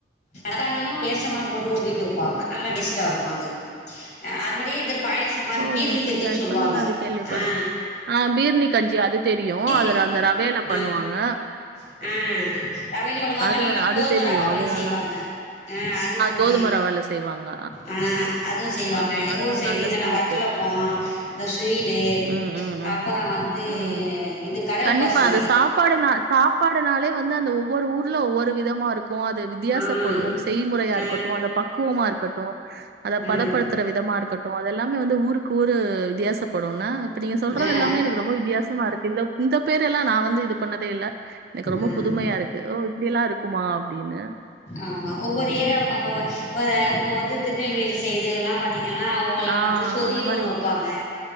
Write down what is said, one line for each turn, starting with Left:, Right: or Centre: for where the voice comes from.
Left: தக்காளியு பேச்சம் பழம் போட்டு ஒரு ஸ்வீட்டு வெப்பாங்க நல்ல டேஸ்ட்டா இருக்கு அது அதுபடி பாயசம் மாரி
Right: ஓ
Left: பீர்னி
Right: அப்படியா
Left: கஞ்சின்னு
Right: இப்பதான்
Left: சொல்லுவாங்க
Right: நான் அது கேள்விப்படுறேன்
Left: ஆ
Right: ஆ பீர்னி கஞ்சி அது தெரியு
Left: பீர்லி
Right: அது அந்த ரவைல பண்ணுவாங்க
Left: ஆ ஆ ரவைலயு போடுவாங்க
Right: அது
Left: இல்லன்னா
Right: அது
Left: கோதும
Right: தெரியும்
Left: ரவாவுலு
Right: அது நல்லா
Left: செய்வாங்க ஆ அது ஒரு
Right: கோதும ரவால செய்வாங்க
Left: ஆ அதுவு செய்வாங்க
Right: ஆ
Left: எங்க
Right: அது
Left: ஊரு
Right: ஒரு
Left: சைடு
Right: நல்ல
Left: இதெல்லா
Right: ஸ்வீட்டு
Left: லா வட்டலப்போ இந்த ஸ்வீட்டு
Right: ம் ம் ம்
Left: அப்புறோ வந்து
Right: ம்.
Left: இது கடல்
Right: கண்டிப்பா
Left: பாசி
Right: அது சாப் சாப்பாடுனா சாப்பாடுனாலே வந்து அந்த ஒவ்வொரு ஊர்ல ஒவ்வொரு விதமா இருக்கு அது வித்தியாசப்படும்
Left: ம்
Right: செய்முறையா
Left: ஆ
Right: இருக்கட்டு அந்த பக்குவமா இருக்கட்டு அத
Left: ம்
Right: பதப்படுத் பத்தர விதமா இருக்கட்டு அதெல்லாமே வந்து ஊருக்கு ஊர் வித்தியாசப்படு என்ன இப்ப நீங்க சொல்றது
Left: ஆ
Right: எல்லாமே எனக்கு ரொம்ப ரொம்ப வித்தியாசமா இருக்கு இந்தப் இந்த பேர் எல்லா நா வந்து இது பண்ணதே இல்ல எனக்கு ரொம்ப
Left: ஆ
Right: புதுமையா இருக்கு ஓ இப்டி எல்லா இருக்குமா அப்டின்னு
Left: ஆமா ஒவ்வொரு ஏரா அப்ப வ இப்ப இத இப்ப வந்து திருநெல்வேலி சைடு எல்லா பாத்தீங்கனா அவங்கல்லா
Right: ஆ
Left: வந்து சொதினு
Right: அந்த மாரி
Left: ஒன்னு வெப்பாங்க